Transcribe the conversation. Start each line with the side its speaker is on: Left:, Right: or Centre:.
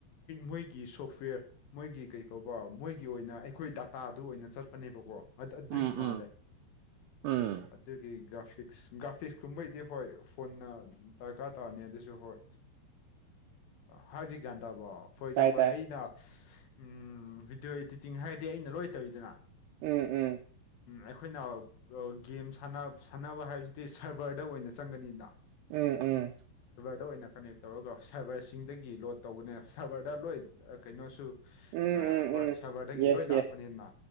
Left: ꯃꯣꯏꯒꯤ ꯁꯣꯐꯋꯦꯔ ꯃꯣꯏꯒꯤ ꯀꯩ ꯀꯧꯕ ꯃꯣꯏꯒꯤ ꯑꯣꯏꯅ <unintelligible> ꯑꯩꯈꯣꯏ ꯗꯥꯇꯥꯗꯨ ꯑꯣꯏꯅ ꯆꯠꯄꯅꯦꯕꯀꯣ ꯑꯗꯨ ꯑꯗꯨꯒꯤ
Right: ꯎꯝ
Left: ꯃꯥꯜꯂꯦ
Right: ꯎꯝ ꯎꯝ
Left: ꯑꯗꯨꯒꯤ ꯒ꯭ꯔꯐꯤ <unintelligible> ꯒ꯭ꯔꯥꯐꯤꯛꯁ ꯀꯨꯝꯕꯩꯗꯤ ꯍꯣꯏ ꯐꯣꯟꯅ ꯗꯔꯀꯥꯔ ꯇꯥꯔꯅꯤ ꯑꯗꯨꯁꯨ ꯍꯣꯏ ꯍꯥꯏꯕꯗꯤ ꯒ꯭ꯌꯥꯟ ꯇꯥꯕꯣ ꯐꯣꯔ ꯑꯦꯛꯖꯥꯝꯄꯜ
Right: ꯇꯥꯏ ꯇꯥꯏ
Left: ꯑꯩꯅ ꯎꯝ ꯚꯤꯗꯤꯑꯣ ꯏꯗꯤꯇꯤꯡ ꯍꯥꯏꯔꯗꯤ ꯑꯩꯅ ꯂꯣꯏ ꯇꯧꯔꯤꯗꯅ
Right: ꯎꯝ ꯎꯝ
Left: ꯑꯩꯈꯣꯏꯅ ꯒꯦꯝ ꯁꯥꯟꯅꯕ ꯍꯥꯏꯕꯁꯤꯗꯤ ꯁꯔꯕꯔꯗ ꯑꯣꯏꯅ ꯆꯪꯒꯅꯤꯗ
Right: ꯎꯝ ꯎꯝ
Left: ꯁꯤꯗ ꯑꯣꯏꯅ ꯀꯅꯦꯛ ꯇꯧꯔꯒ ꯁꯔꯕꯔꯁꯤꯡꯗꯒꯤ ꯂꯣꯗ ꯇꯧꯕꯅꯦ ꯁꯔꯕꯔꯗ ꯂꯣꯏ ꯀꯩꯅꯣꯁꯨ
Right: ꯎꯝ ꯎꯝ
Left: ꯍꯣꯏ
Right: ꯎꯝ
Left: ꯁꯔꯕꯔꯗꯒꯤ
Right: ꯌꯦꯁ
Left: ꯂꯣꯏ ꯂꯥꯛꯄꯅꯤꯅ
Right: ꯌꯦꯁ